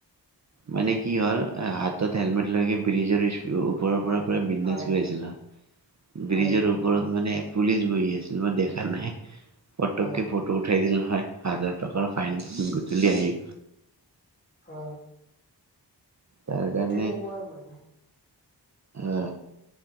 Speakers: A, on the right; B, on the left.
A: মানে কি হল হাতত হেলমেট লৈকে ব্ৰিজৰ ওপৰৰ পৰা পুৰা বিন্দাছ
B: হয়
A: গৈ আছিলো হা ব্ৰিজৰ
B: হয়
A: ওপ ওপৰত মানে পুলিচ বহি আছিল মই দেখা নাই পটককে
B: হয়
A: ফটো উঠাই দিল নহয় হাজাৰ টকাৰ ফাইন গধূলি আহি।
B: অ
A: তাৰ কাৰণে
B: তেনেকুৱাই মানে
A: অ।